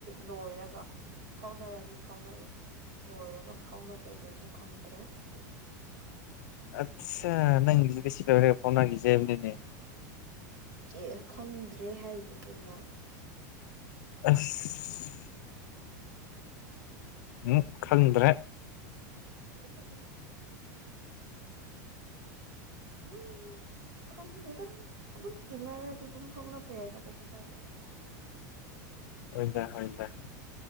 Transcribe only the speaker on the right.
ꯂꯣꯏꯔꯒ ꯐꯥꯎꯅꯔꯗꯤ ꯐꯥꯎꯅꯔꯦ ꯂꯣꯏꯔꯒ ꯐꯥꯎꯅꯗ꯭ꯔꯗꯩꯁꯨ ꯈꯪꯗ꯭ꯔꯦ <unintelligible>
ꯑꯦ ꯈꯪꯗ꯭ꯔꯦ ꯍꯥꯏꯗꯨꯗꯤ ꯑꯩꯅ
<unintelligible> ꯎꯝ ꯈꯥꯡꯗꯦꯗ ꯑꯗꯨꯝ ꯇꯤꯟꯅꯔꯗꯤ ꯑꯗꯨꯝ ꯐꯥꯎꯅꯕ ꯌꯥꯏꯗ ꯀꯩꯁꯨ ꯀꯥꯏꯗꯒ